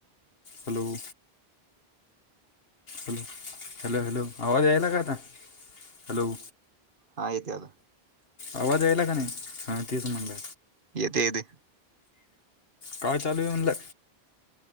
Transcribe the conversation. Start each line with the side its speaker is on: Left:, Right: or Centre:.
Left: hello hello hello hello आवाज यायला का आता, हॅलो
Right: हा येतोय आता.
Left: आवाज यायला का नाही. हा तेच म्हणला.
Right: येते येते.
Left: काय चालूये म्हणलं.